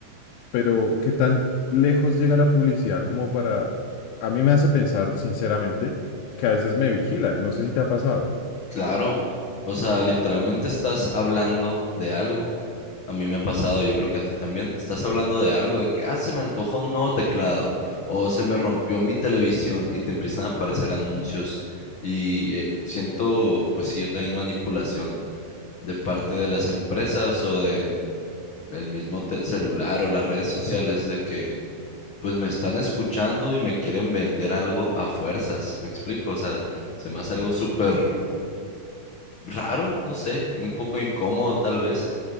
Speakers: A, on the left; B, on the left.
A: pero ¿qué tan lejos llega la publicidad como para... A mí me hace pensar, sinceramente, que a veces me vigilan. No sé si te ha pasado.
B: Claro, o sea, literalmente estás hablando de algo. A mí me ha pasado, yo creo que a ti también. Estás hablando de algo, de que, ah, se me antoja un nuevo teclado o se me rompió mi televisión y te empiezan a aparecer anuncios. Y eh, siento, pues sí, yo también manipulación de parte de las empresas o de el mismo te- celular o las redes sociales de que pues me están escuchando y me quieren vender algo a fuerzas, ¿me explico? O sea, se me hace algo súper raro, no sé, y un poco incómodo tal vez.